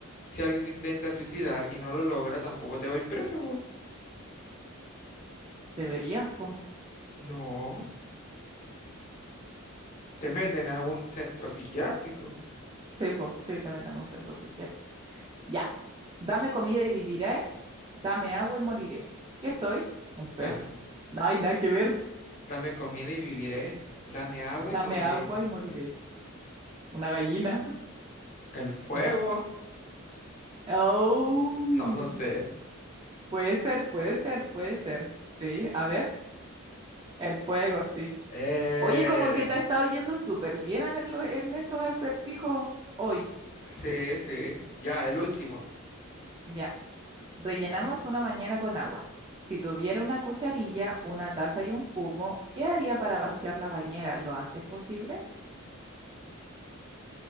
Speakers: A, on the left (about 35°); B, on the right (about 25°).
A: si alguien se intenta suicidar y no lo logra, tampoco te va a ir preso, po.
B: Deberías, po.
A: No, te meten a un centro psiquiátrico.
B: Sí, po, sí, te metan en un centro psiquiátrico. Ya. Dame comida y viviré. Dame agua y moriré. ¿Qué soy? Un pez.
A: Dame,
B: No hay nada que ver.
A: dame comida y viviré, dame agua
B: Dame
A: y moriré.
B: agua y moriré. Una gallina.
A: ¿El fuego?
B: No.
A: <laughs>
B: Oh,
A: No, no sé.
B: puede ser, puede ser, puede ser. Sí, a ver, el fuego, sí.
A: Eh,
B: Oye, como que te ha estado yendo súper bien en, el- en estos acertijos hoy.
A: sí, sí, ya, el último.
B: Ya. Rellenamos una bañera con agua. Si tuviera una cucharilla, una taza y un cubo, ¿qué haría para vaciar la bañera lo antes posible?